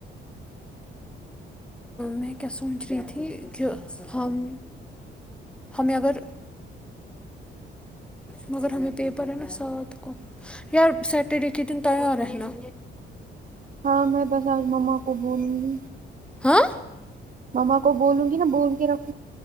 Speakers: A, in the centre; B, on the right.
A: میں کیا سوچ رہی تھی کہ ہم ہمیں اگر مگر ہمیں پیپر ہے نا سات کو یا سیٹرڈے کے دن تیار رہناا
B: ہاں میں بس آج مما کو بولوں گی
A: ہاں
B: مما کو بولوںی نا بول کے رکھ